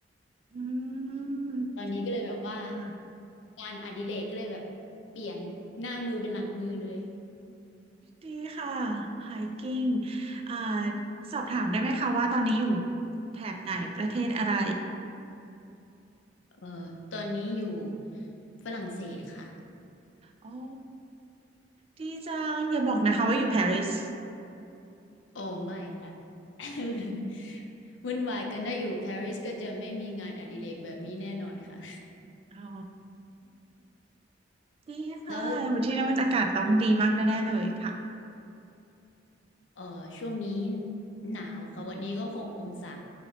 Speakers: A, on the right; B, on the left.
A: อื
B: <laughs>
A: ม
B: ตอนนี้ก็เลยแบบว่า
A: อ่า
B: งานอดิเรกก็เลยแบบเปลี่ยนหน้ามือเป็นหลังมือเลย
A: ดีค่ะ hiking อ่าสอบถามได้ไหมคะว่าตอนนี้อยู่แถบไหนประเทศอะไร
B: เอ่อตอนนี้อยู่ฝรั่งเศสค่ะ
A: โอ้ดีจังอย่าบอกนะคะว่าอยู่ปารีส
B: โอ้ไม่ค่ะ <laughs> วุ่นวายกันถ้าอยู่ปารีสก็จะไม่มีงานอดิเรกแบบนี้แน่นอนค่ะ
A: อ๋อ ดีค่ะที่นั่นอากาศต้องดีมากแน่ๆเลยค่ะ
B: <laughs> แล้วเอ่อช่วงนี้หนาวค่ะวันนี้ก็หกองศา